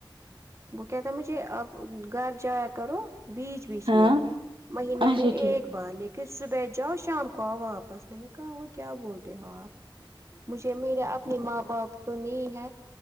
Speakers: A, on the right (about 35°); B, on the right (about 75°).
A: وہ کہ تھا مجھے اب گھر جایا کرو بیچ بیچ
B: ہاں
A: میں مہینے
B: اچھا
A: میں
B: ٹھیک
A: ایک بہر لیکن صبحچ جاؤ شام کو آ واپس میں نے کہ کیا بولتے ہیں ہو آپ مجھے میرےا اپنے ماں باپ تو نہیں ہے